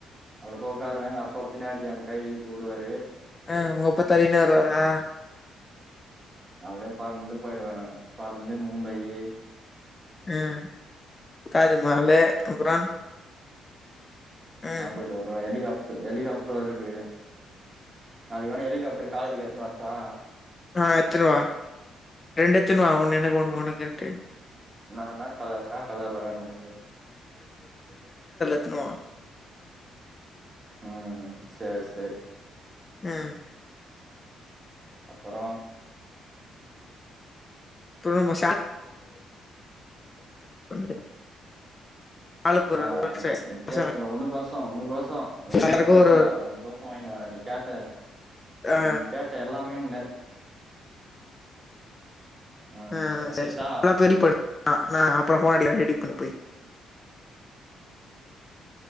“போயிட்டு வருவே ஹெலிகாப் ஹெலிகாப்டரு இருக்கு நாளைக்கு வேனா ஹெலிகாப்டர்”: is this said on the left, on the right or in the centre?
Right